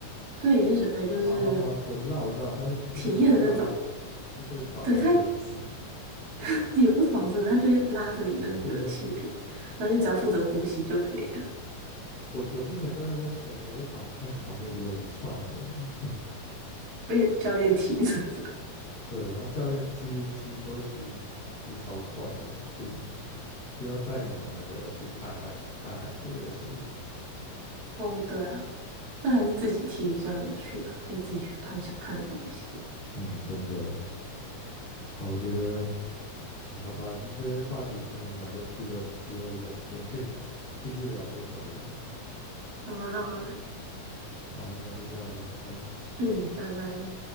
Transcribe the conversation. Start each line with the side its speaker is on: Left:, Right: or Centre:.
Right: 对，也是水肺就是
Left: 哦哦，我知道我知道，他们会有那个教练
Right: 体验的那种，
Left: 就会绑一个绳子。
Right: 对，他
Left: <laughs>
Right: <laughs> 也不是绑绳的，他就会拉着你的那个气瓶，
Left: 对对对，
Right: 然后就只要负责呼吸就可以了
Left: 我我之前在那边潜的时候，旁看旁边也有一串人，
Right: 被教练提着。<laughs>
Left: 对，然后教练踢踢都会踢踢超快的，就是又要带你们那个去看海看海龟那些。
Right: 哦，对啊，那还是自己踢比较有趣啊，可以自己去看想看的东西。
Left: 嗯，真的。好，我觉得好吧，这些话题真的是蛮有趣的，我之后有时间可以 <laughs> 继续聊这个东西。
Right: 好啊，好啊，
Left: 好，那就这样喽，拜。
Right: 嗯，拜拜。